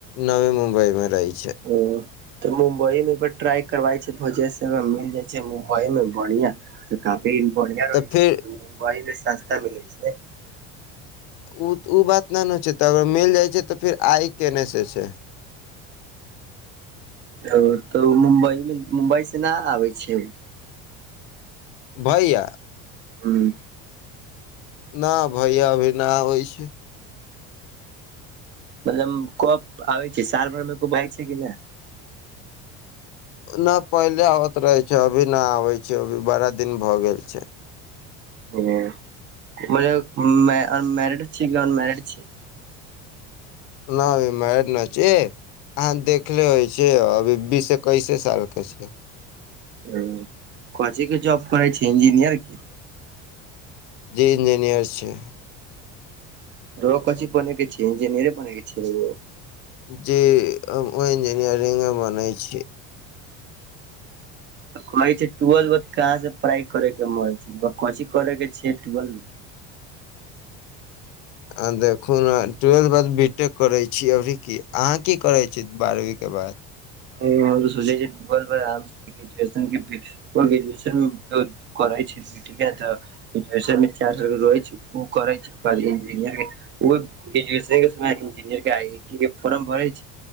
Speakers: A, on the left (about 80°); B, on the right (about 35°).
A: नवी मुम्बई मे रहै छै
B: ओ मुम्बई मे ट्राई करबा छै भोजे मिल जाइ छै मुम्बई मे बढ़िया तऽ काफी बढ़िया
A: तऽ
B: रहै
A: फेर
B: छै मुम्बाई मे सस्ता मिलै छै
A: ओ ओ बात नहि ने होइ छै त मिल जाइ छै तऽ फेर आइ केने से छै
B: ओ तऽ मुम्बइमे मुम्बई से न आबै छियै
A: भैया
B: ह्म
A: न भैया अभी नहि आबै छै
B: मतलब कप आबै छै साल भरि मे को बाजै छै कि नहि
A: नहि पहिले आबैत रहै छै अभी नहि आबैत छै अभी बारा दिन भऽ गेल छै
B: हुं म मैरिड छै कि अनमैरिड छी
A: न अभी मैरिड ना छी अहाँ देख लेबे छी अभी बीसे एकैसे साल के छै
B: ओ कोन चिज के जॉब करै छै इंजिनियर की
A: जी इंजीनियर छै
B: र कथी बनेकेय छे इंजीनियरी बनेके छियै
A: जी हम इंजीनियरिंग बनै छीयै
B: कह ट्वेल्व कहाँ से पढ़ाइ करे के मन छै की करे के छै ट्वेल्व मे
A: आ देखू ने ट्वेल्थ बात बी टेक करै छी अभी की अहाँ की करै छी बारहवीके बाद
B: ओ हर सुझे <unintelligible> ग्रेजुएशन ग्रेजुएशन करै छी ठीक है तऽ <unintelligible> <unintelligible> रहै छै ओ करै छै इंजीनियरिंग ओ ग्रेजुएशने के समय इंजीनियर के आईटी के फोर्म भरे छै